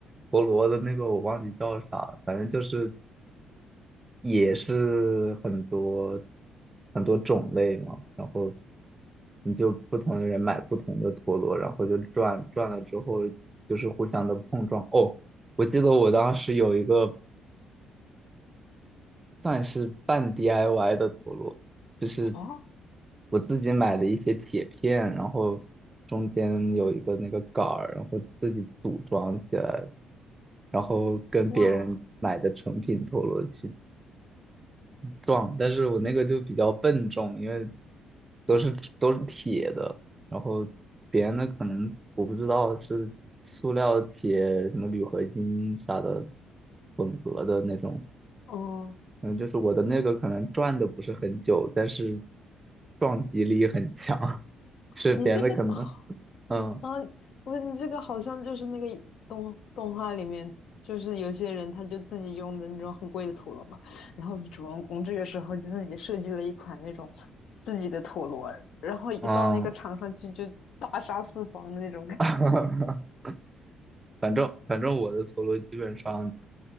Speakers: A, on the right (about 20°); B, on the left (about 65°).
A: 陀螺的那个我忘记叫啥了反正就是也是很多很多种类嘛，然后你就不同的人买不同的陀螺，然后就转转了之后就是互相的碰撞。哦，我记得我当时有一个算是半 DIY 的陀螺，就是
B: 啊，
A: 我自己买的一些铁片，然后中间有一个那个杆儿，然后自己组装起来，然后跟别人买的成品陀螺去
B: 哇，
A: 撞，但是我那个就比较笨重，因为都是都是铁的，然后别人的可能我不知道是塑料、铁、什么铝合金啥的混合的那种，
B: 嗯，
A: 嗯，就是我的那个可能转的不是很久，但是撞击力很强，<laughs> 是别人的可能，
B: 你这个好
A: 嗯
B: 啊，我你这个好像就是那个动动画里面，就是有些人他就自己用的那种很贵的陀螺嘛，然后主人公这个时候就自己设计了一款那种自己的陀螺，然后一到那个场上去就大杀四方的那种感觉。
A: 嗯，<laughs> 反正反正我的陀螺基本上